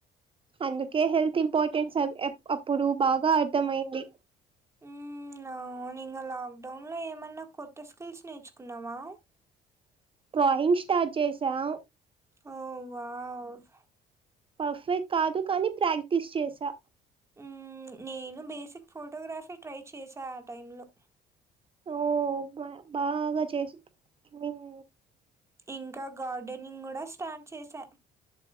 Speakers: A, on the right (about 30°); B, on the right (about 15°).
A: అందుకే హెల్త్ ఇంపార్టెన్స్ ఆ ఏ అప్పుడు బాగా అర్థం అయింది
B: ఉమ్ అవును ఇంగా లాక్డౌన్లో ఏమైన్నా కొత్త స్కిల్స్ నేర్చుకున్నావా?
A: డ్రాయింగ్ స్టార్ట్ చేసాం
B: ఓ వావ్
A: పర్ఫెక్ట్ కాదు కానీ ప్రాక్టీస్ చేసా
B: ఉమ్ నేను బేసిక్ ఫోటోగ్రఫీ ట్రై చేశా ఆ టైంలో
A: ఓ బ బాగా చేసి <inaudible> మిన్
B: ఇంకా గార్డెనింగ్ కూడా స్టార్ట్ చేసా